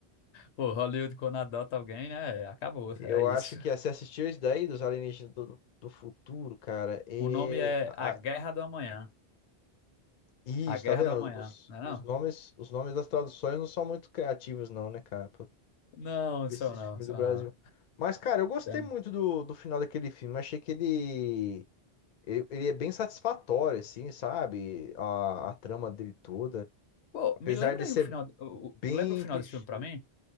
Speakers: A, on the left; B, on the left.
A: Pô, Hollywood quando adota alguém, né? Acabou,
B: Eu
A: é isso.
B: acho que se assistir isso daí dos alienígenas do, do futuro, cara, é.
A: O nome é
B: a-
A: A Guerra do Amanhã.
B: Isso,
A: A Guerra
B: tá vendo?
A: do Amanhã,
B: Os,
A: né? Não?
B: os nomes, os nomes das traduções não são muito criativos, não, né, cara? Pra
A: Não,
B: esse
A: são não,
B: filme
A: são
B: do Brasil.
A: não.
B: Mas, cara, eu gostei
A: Tem-
B: muito
A: um,
B: do, do final daquele filme. Achei que ele, ele, ele é bem satisfatório, assim, sabe? A, a trama dele toda.
A: Pô,
B: Apesar
A: me lembra
B: de
A: aí
B: ser
A: o final. o- o-
B: bem
A: lembra o final
B: clichê.
A: desse filme pra mim?